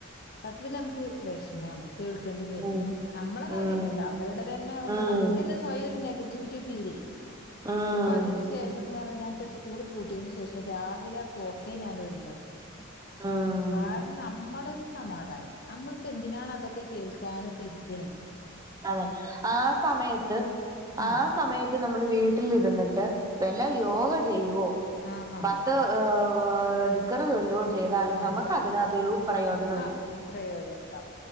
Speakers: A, on the left; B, on the right.
A: സത്യത്തിൽ നമുക്ക് വിഷമമാണ് കേൾക്കേണ്ടി വരുമ്പോ
B: ഉം ഉം
A: നമ്മളെ കാര്യല്ലട്ടോ
B: ഉം
A: അവരുടെതന്നെ
B: ഉം
A: ആവുമ്പോ നമുക്ക്
B: ഉം
A: തന്നെ സ്വയം ഒരു നെഗറ്റിവിറ്റി ഫീൽ ചെയ്യും.
B: ഉം
A: ഇപ്പൊ അതിന് ശേഷംന്ന് പറഞ്ഞ സ്കൂൾ പൂട്ടിയന് ശേഷം രാവിലെ പോക്കെ ഞാൻ ഒഴിവാ
B: ഉം
A: കാരണം നമ്മളൊരു സമാധാനം നമ്മളിപ്പോ എന്തിനാണ് അതൊക്കെ കേൾക്കാനും ഒക്കെ ഇരിക്കണെ
B: അതെ ആഹ് സമയത്ത്
A: ആ
B: ആഹ് സമയ ത്ത് നമ്മൾ വീട്ടിൽരുന്നിട്ട് വല്ല യോഗ ചെയ്യുവോ
A: ആഹ ആ
B: ഭത്ത ഏഹ് ദിക്കറ് ചോല്ലയോ ചെയ്താലും നമുക്ക്
A: എന്താ
B: അതിനകത്തൊരു പ്രയോജനം
A: ആ
B: ഉണ്ടാവും.
A: പ്രയോജനം ഉണ്ടാവും